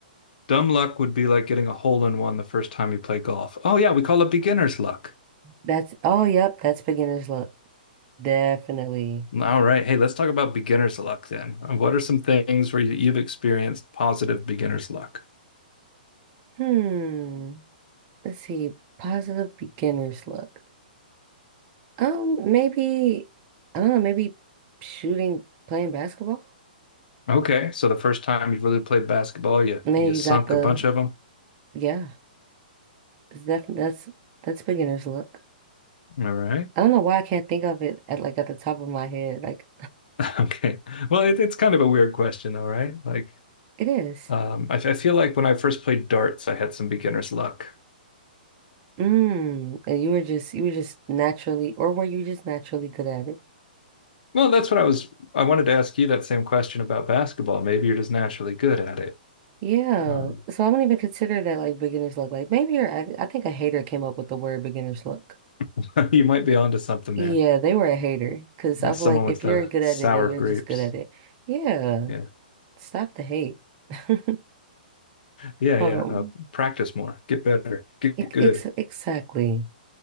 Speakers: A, on the left; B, on the right.
A: Dumb luck would be like getting a hole in one the first time you play golf. Oh, yeah, we call it beginner's luck.
B: That's oh yep, that's beginner's luck. Definitely.
A: All right. Hey, let's talk about beginner's luck then. Uh, What are some things where you- you've experienced positive beginner's luck?
B: Hmm. Let's see. Positive beginner's luck. Um, maybe I don't know, maybe shooting, playing basketball.
A: Okay, so the first time you really played basketball, you
B: And then
A: you
B: you
A: sunk
B: got the
A: a bunch of them.
B: yeah. It's definitely that's that's beginner's look.
A: All right.
B: I don't know why I can't think of it at like at the top of my head. Like
A: <laughs> Okay. Well, it, it's kind of a weird question though, right? Like,
B: it is.
A: um, I, I feel like when I first played darts, I had some beginner's luck.
B: Mm. And you were just you were just naturally or were you just naturally good at it?
A: Well, that's what I was. I wanted to ask you that same question about basketball. Maybe you're just naturally good at it.
B: Yeah.
A: Um,
B: So I don't even consider that like beginner's look. Like maybe you're I, I think a hater came up with the word beginner's look.
A: <laughs> you might be onto something
B: Yeah,
A: there.
B: they were a hater because
A: Yeah,
B: I
A: someone
B: feel like
A: with
B: if
A: the
B: you're good
A: sour
B: at it then you're
A: grapes.
B: just good at it. Yeah.
A: Yeah.
B: Stop the hate. <laughs>
A: yeah,
B: Um,
A: yeah. Uh, practice more, get better, get
B: ex
A: good.
B: ex- exactly.